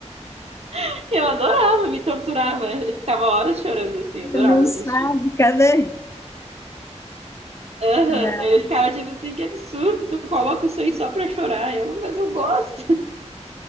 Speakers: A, on the right; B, on the left.
A: <laughs> Eu adorava, me torturava. Eu ficava horas chorando assim, adorava
B: não
A: assistir.
B: sabe, cadê?
A: Aham,
B: Não.
A: Ele ficava tipo assim: Que absurdo, tu coloca isso aí só pra chorar. Eu, mas eu gosto.